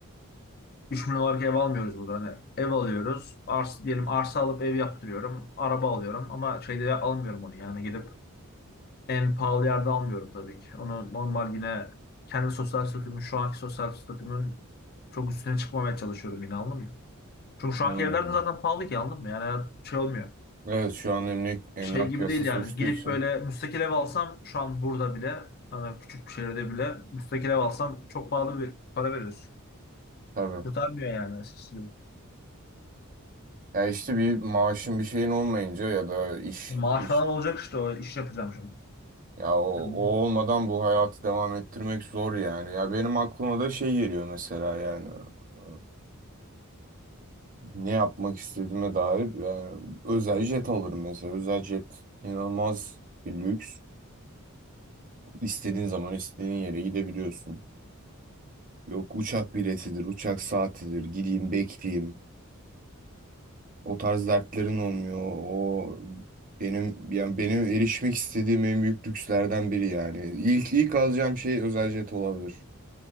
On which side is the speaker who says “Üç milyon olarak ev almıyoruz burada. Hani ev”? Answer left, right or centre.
Left